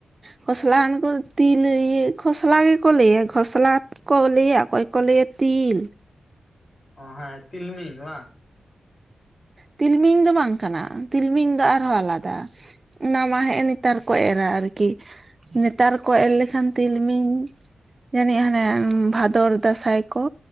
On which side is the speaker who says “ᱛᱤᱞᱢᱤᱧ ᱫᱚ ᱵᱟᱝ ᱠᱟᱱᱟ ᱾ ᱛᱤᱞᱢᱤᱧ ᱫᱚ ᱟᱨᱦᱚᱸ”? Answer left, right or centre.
Right